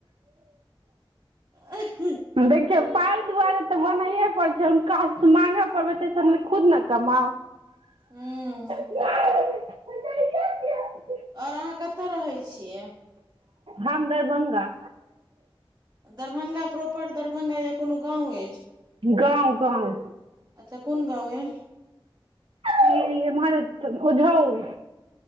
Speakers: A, on the right; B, on the right.
A: आ <unintelligible>
B: देखियौ, पाइ दुआरे तऽ बनैए पड़ै छै, हुनकासँ माँगऽ पड़बै तै, से हम ने खुद ने कमाउ।
A: हू
B: <unintelligible>
A: ओर अहाँ कतय रहै छियै?
B: हम दरभंगा
A: दरभंगा प्रॉपर दरभंगा या कोनो गाँंव अछि
B: गाँव गाॅंव
A: अच्छा कोन गाँव य
B: इ मरत उझोउल